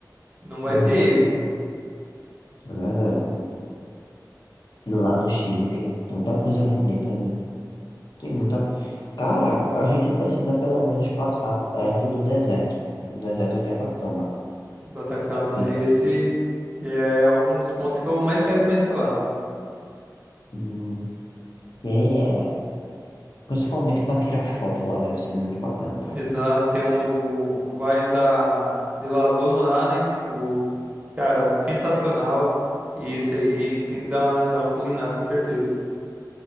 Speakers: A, on the right; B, on the left.
A: não
B: Sim,
A: vai ter erro
B: é verdade. E lá no Chile tem tanta coisa bonita, né? Tem muita. Cara, a gente precisa pelo menos passar perto do deserto, do deserto de Atacama.
A: do Atacama,
B: Porque,
A: né? Esse que é algum dos pontos que eu mais quero conhecer lá.
B: hum, e é- principalmente para tirar foto lá deve ser muito bacana, cara.
A: Exato, tem um, o Vale da, de La Luna lá, né? Tipo, cara, sensacional. E isso aí, a gente tem que dar, uma- dar um pulinho lá, com certeza.